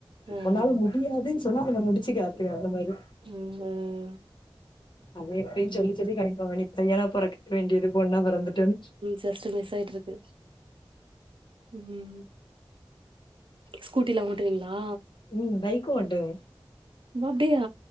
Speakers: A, on the right; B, on the left.
A: ஆமா
B: என்னால முடி முடியாதுனு சொன்னா அத நா முடுச்சு காட்டுவே அந்த மாரி
A: ம்
B: அது எப்பயு சொல்லி
A: ம்
B: சொல்லி கணிப்பாவொ நீ பையனா பொறக்க வேண்டியது பொண்ணா பொறந்துட்டனு
A: ஜஸ்டு மிஸ் ஆய்ட்டுருக்கு ம் ஸ்கூட்டிலா ஓட்டுவிங்ளா
B: ம் பைக்கு ஓட்டுவே
A: ம அப்டியா